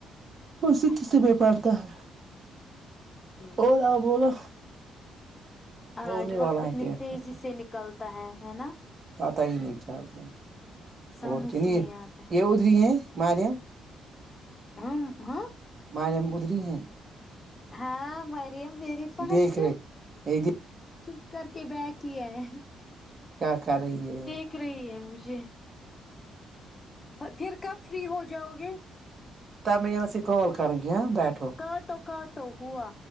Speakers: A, on the right; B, on the left.
A: وہ سکستھ
B: اچھا ٹھیک
A: میں پڑتا ہے
B: ٹھیک
A: اور آپ بولو
B: آج
A: ہونے والا
B: وقت
A: ہے
B: نا
A: ٹیسٹ
B: تیزی سے نکلتا ہے ہے نا
A: پتہ ہی نہیں چلتا
B: سمجھ
A: اور کہ لیے
B: ہی نہیں آتا ہے
A: یہ ادھری ہی ہیں ماریا
B: ہاں ہاں
A: ماریم ادھر ہی ہے
B: ہاں مریم میرے پاس
A: دیکھ رہے
B: ہے
A: یہ
B: چپ کر کے بیٹھی ہے
A: کیا کر رہی ہے
B: دیکھ رہی ہے مجھے پھر کب فری ہو جاؤ گے
A: تب میں یہاں سے کال کرونگی ہاں بیٹھو
B: کاٹو کاٹو ہوا